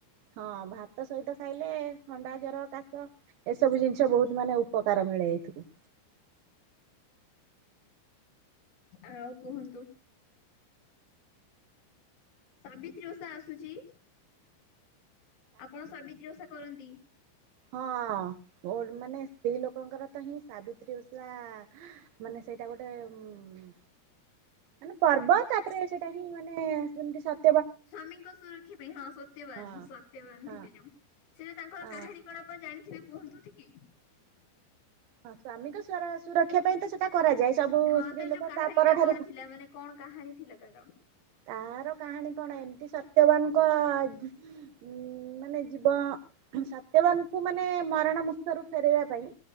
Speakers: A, on the right; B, on the left.
A: ହଁ, ଭାତ ସହିତ ଖାଇଲେ, ଥଣ୍ଡା, ଜର, କାଶ ଏସବୁ ଜିନିଷ ବହୁତ ମାନେ, ଉପକାର ମିଳେ ଏଇଥିରୁ।
B: ଆଉ କୁହନ୍ତୁ? ସାବିତ୍ରୀ ଓଷା ଆସୁଛି। ଆପଣ ସାବିତ୍ରୀ ଓଷା କରନ୍ତି?
A: ହଁ, ମୋଡ଼ ମାନେ, ସ୍ତ୍ରୀ ଲୋକଙ୍କର ତ ହିଁ ସାବିତ୍ରୀ ଓଷା ଆ ମାନେ ସେଇଟା ଗୋଟେ, ଉଁ ଉଁ ମାନେ ପର୍ବ, ତାପରେ ସେଟା ହିଁ ମାନେ, ସେମତି ସ
B: ସ୍ଵାମୀଙ୍କ ସୁରକ୍ଷା ପାଇଁ, ହଁ ସତ୍ୟବାନ,
A: ହଁ
B: ସତ୍ୟବାନ
A: ହଁ
B: ଥିଲେ ଯୋଉ, ସେଟା ତାଙ୍କର
A: ହଁ
B: କାହାଣୀ କଣ ଆପଣ ଜାଣିଥିବେ କୁହନ୍ତୁ ଟିକି?
A: ହଁ, ସ୍ବାମୀଙ୍କ ସୁରକ୍ଷା ପାଇଁ ତ ସେଇଟା କରାଯାଏ, ସବୁ
B: ହଁ
A: ସ୍ତ୍ରୀ
B: ତାର
A: ଲୋକ
B: ଯୋଉ କାହାଣୀ
A: ତା ପରଠାରୁ
B: ଟା କଣ ଥିଲା ମାନେ କଣ କାହାଣୀ ଥିଲା ତାର?
A: ତାର କାହାଣୀ କଣ? ଏମିତି ସତ୍ୟବାନଙ୍କ ଉଁ, ମାନେ ଜୀବ, ସତ୍ୟବାନଙ୍କୁ ମାନେ ମରଣ ମୁଖରୁ ଫେରାଇବା ପାଇଁ